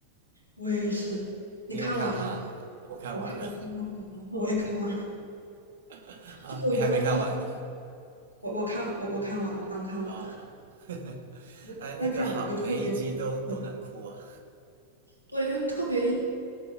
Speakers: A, on the left (about 85°); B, on the right (about 60°).
A: 我也是，
B: 你有看吗？
A: 你看完了吗
B: 我看完了
A: 我看我看完了，我也看完了。
B: <laughs> 啊，
A: 就我觉得他就是
B: 你还没看完？
A: 我我看我我看完，我刚看完。
B: 啊啊，<laughs>
A: 我觉他讲的就特别，
B: 哎，那个好，每一集都都能哭啊，
A: 嗯对，因为特别